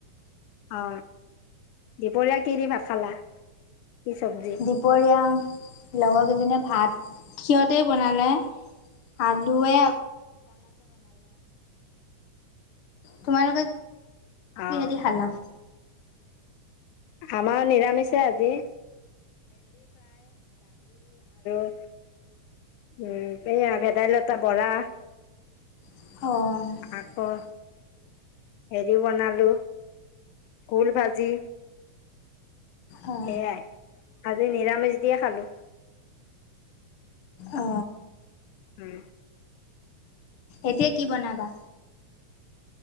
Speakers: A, on the left; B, on the left.
A: অ দুপৰীয়া কিদি ভাত খালা? কি চব্জি?
B: দুপৰীয়া লগৰ কেইজনীয়ে ভাত সিহতেই বনালে। আলুৱে তোমালোকে
A: অ'
B: কিহেদি খালা?
A: আমাৰ নিৰামিষে আজি ৷ উম এয়া ভেদাইলতা বৰা
B: অঁ।
A: আকৌ হেৰি বনালো ভোল ভাজি
B: অঁ।
A: সেয়াই আজি নিৰামিচ দিয়ে খালো।
B: অ
A: উম।
B: এতিয়া কি বনাবা?